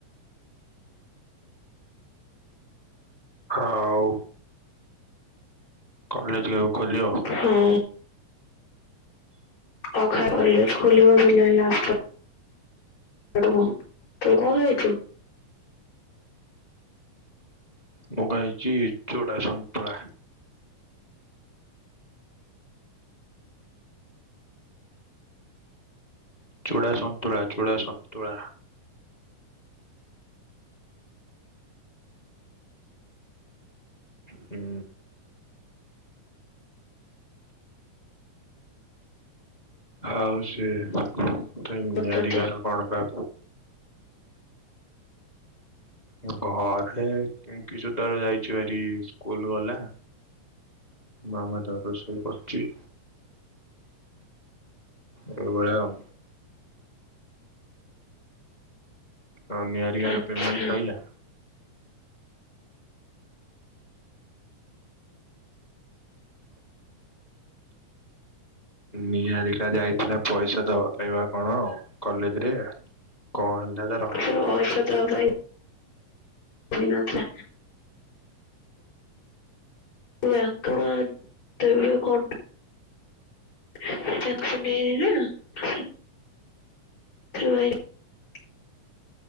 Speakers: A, on the left; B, on the left.
A: ଆଉ କଲେଜ କେବେ ଖୋଲିବ?
B: ହଁ <unintelligible> କଲେଜ ଖୋଲିବ ଜୁଲାଇ ଲାଷ୍ଟ ରେ <unintelligible> ତୁ କଣ ଖାଇଛୁ?
A: ମୁଁ ଖାଇଛି ଚୁଡା ସନ୍ତୁଳା। ଚୁଡା ସନ୍ତୁଳା ଚୁଡା ସନ୍ତୁଳା। ହୁଁ। ଆଉ ସେ ତ ନିହାରିକାର
B: ପଚାରିଦେ
A: କଣ ବା ଘରେ କି କି କିଶୁ ତାର ଯାଇଛି ଭାରି ସ୍କୁଲ ଗଲା। ମାମା ତାର ରୋଷେଇ କରୁଛି। ଏଇ ଭଳିଆ ଆଉ। ହ ନିହାରିକା
B: ଆଚ୍ଛା
A: ର ପେମେଣ୍ଟ ସଇଲା। ନିହାରିକା ଯାଇଥିଲା ପଇସା ଦବା ପାଇବା କଣ କଲେଜରେ। କଣ ହେଲା ତାର?
B: ସେ ପଇସା ଦବା ପାଇଁ <unintelligible> ନଥିଲା। ୟାଙ୍କୁଆନ ଦବ୍ୟ କଣ୍ଡ <unintelligible> <unintelligible>